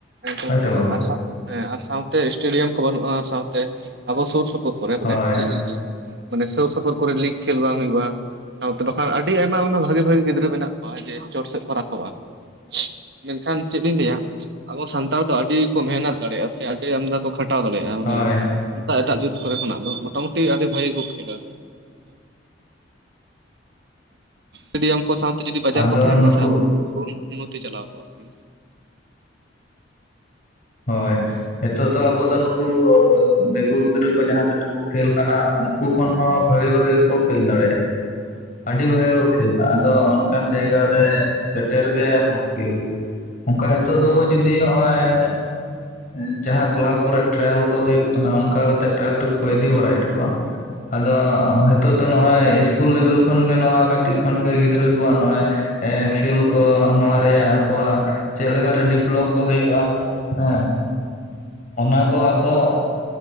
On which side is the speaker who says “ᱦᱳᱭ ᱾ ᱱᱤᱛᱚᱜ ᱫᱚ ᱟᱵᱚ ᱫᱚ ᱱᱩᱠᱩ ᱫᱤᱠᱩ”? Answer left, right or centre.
Left